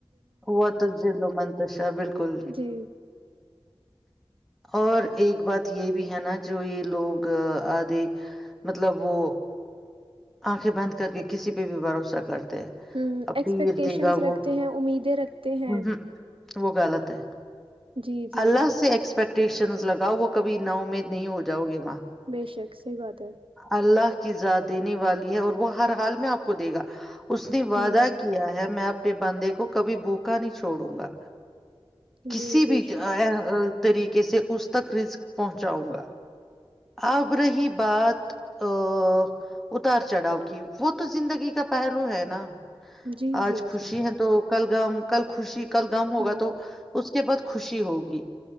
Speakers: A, in the centre; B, on the right (about 65°).
A: ہوا تو دلو منتشا بالکل
B: جی
A: اور ایک بات یہ بھی ہے نا جو یہ لوگ آھے مطلب وہ آنکھیں بند کر کے کسی پہ بھی بھروسہ کرتے ہیں
B: ہ
A: اب
B: ایکسپیکٹیشنس
A: پیر دے گا وہ
B: رکھتے ہیں امیدیں رکھتے ہیں
A: ہمم وہ غلط ہے
B: جی جی
A: اللہ سے ایکسپیکٹیشن لگاؤا کبھی ات امید نہیں ہو جاؤ گے
B: بے شک صحیح بات ہے
A: اللہ کی زیاد دینے والی ہے اور وہ ہر حال میں آپ کو دے گا اس نے وعدہ
B: ہوں
A: کیا ہے میں آپ بندے کو کبھی بھوکا نہیں چھوڑوں گا کسی
B: جی بے
A: بھی
B: شک
A: طریقے سے اس تک رسک پہنچاؤں گا اب رہی بات اتار چڑھاؤ کی وہ تو زندگی کا پہلو ہے نا
B: جی
A: آج
B: جی
A: خوشی
B: جی
A: ہے تو کلگام کل خوشی کل گم
B: ہوں
A: ہوگا تو اس اس کے بعد خوشی ہوگی